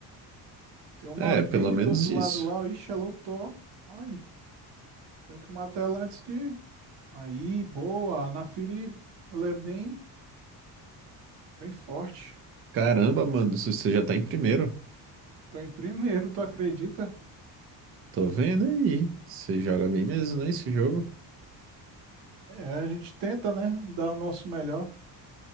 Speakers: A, on the right (about 75°); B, on the right (about 35°).
A: Tem uma
B: É,
A: Vayne
B: pelo menos
A: do outro
B: isso.
A: lado lá. Ixi, ela ultou. Ai, tenho que matar ela antes de. Aí, boa. A Naafiri, ela é bem, bem forte.
B: Caramba, mano, se você já tá em primeiro.
A: Tô em primeiro, tu acredita?
B: Tô vendo aí. Você joga bem mesmo, né, esse jogo?
A: É, a gente tenta, né? Dar o nosso melhor.